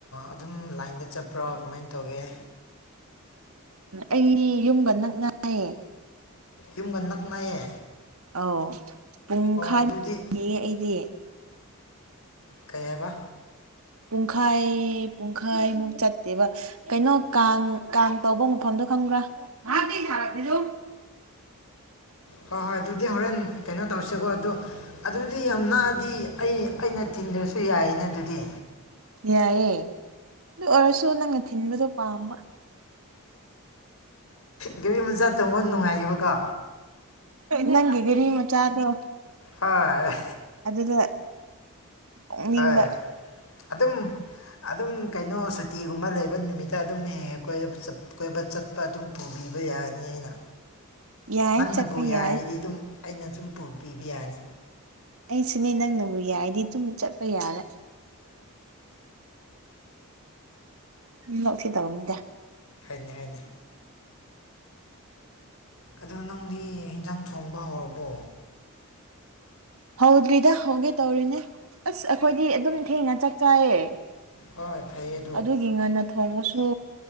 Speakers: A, on the left (about 65°); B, on the right (about 70°).
A: ꯑꯗꯨꯝ ꯂꯥꯏꯟꯗ ꯆꯠꯄ꯭ꯔꯣ ꯀꯃꯥꯏꯅ ꯇꯧꯒꯦ
B: ꯑꯩ ꯌꯨꯝꯒ ꯅꯛꯅꯌꯦ
A: ꯌꯨꯝꯒ ꯅꯛꯅꯌꯦ
B: ꯑꯧ ꯄꯨꯡꯈꯥꯏꯃ
A: ꯑꯗꯨꯗꯤ
B: ꯑꯩꯗꯤ
A: ꯀꯩ ꯍꯥꯏꯕ
B: ꯄꯨꯡꯈꯥꯏ ꯄꯨꯡꯈꯥꯏꯃꯨꯛ ꯆꯠꯇꯦꯕ ꯀꯩꯅꯣ ꯀꯥꯡ ꯀꯥꯡ ꯇꯧꯕ ꯃꯐꯝꯗꯣ ꯈꯪꯕ꯭ꯔꯥ ꯑ ꯀ <inaudible> ꯊꯥꯔꯗꯤꯗ
A: ꯍꯣꯏ ꯍꯣꯏ ꯑꯗꯨꯗꯤ ꯍꯣꯔꯦꯟ ꯀꯩꯅꯣ ꯇꯧꯁꯤꯀꯣ ꯑꯗꯨꯗꯣ ꯑꯗꯨꯗꯤ ꯌꯥꯝ ꯅꯥꯑꯗꯤ ꯑꯩ ꯑꯩꯅ ꯇꯤꯟꯗ꯭ꯔꯁꯨ ꯌꯥꯏꯌꯦꯅ ꯑꯗꯨꯗꯤ
B: ꯌꯥꯏꯑꯦ ꯑꯗꯨ ꯑꯣꯏꯔꯁꯨ ꯅꯪꯅ ꯊꯤꯟꯕꯗꯣ ꯄꯥꯝꯕ
A: ꯒꯔꯤ ꯃꯆꯥ ꯇꯣꯡꯕ ꯅꯨꯡꯉꯥꯏꯌꯦꯕꯀꯣ
B: ꯅꯪꯒꯤ ꯒꯔꯤ ꯃꯆꯥꯗꯣ
A: ꯑ
B: ꯑꯗꯨꯗ ꯇꯣꯡꯅꯤꯡꯕ
A: ꯑ ꯑꯗꯨꯝ ꯑꯗꯨꯝ ꯀꯩꯅꯣ ꯁꯨꯇꯤꯒꯨꯝꯕ ꯂꯩꯕ ꯅꯨꯃꯤꯠꯇ ꯑꯗꯨꯝ ꯍꯦꯛ ꯍꯦꯛ ꯀꯣꯏꯕ ꯆꯠ ꯀꯣꯏꯕ ꯆꯠꯄ ꯑꯗꯨꯝ ꯄꯨꯕꯤꯕ ꯌꯥꯅꯤ ꯑꯩꯅ
B: ꯌꯥꯏ
A: ꯅꯪꯅꯕꯨ
B: ꯆꯠꯄ
A: ꯌꯥꯔꯗꯤ
B: ꯌꯥꯏ
A: ꯑꯗꯨꯝ ꯑꯩꯅ ꯁꯨꯝ ꯄꯨꯕꯤꯕ ꯌꯥꯅꯤ
B: ꯑꯩ ꯁꯤꯅꯦ ꯅꯪꯅꯕꯨ ꯌꯥꯏꯗꯤ ꯑꯗꯨꯨꯝ ꯆꯠꯄ ꯌꯥꯔꯦ ꯅꯣꯛꯊꯤ ꯇꯧꯅꯤꯗ
A: ꯍꯣꯏꯅꯤ ꯍꯣꯏꯅꯤ ꯑꯗꯣ ꯅꯪꯗꯤ ꯌꯦꯟꯖꯥꯡ ꯊꯣꯡꯕ ꯍꯧꯔꯕꯣ
B: ꯍꯧꯗ꯭ꯔꯤꯗ ꯍꯧꯒꯦ ꯇꯧꯔꯤꯅꯦ ꯑꯁ ꯑꯩꯈꯣꯏꯗꯤ ꯑꯗꯨꯝ ꯊꯦꯡꯅ ꯆꯥꯛ ꯆꯥꯏꯌꯦ
A: ꯍꯣꯏ ꯐꯩ ꯑꯦ
B: ꯑꯗꯨꯒꯤ ꯉꯟꯅ ꯊꯣꯡꯉꯁꯨ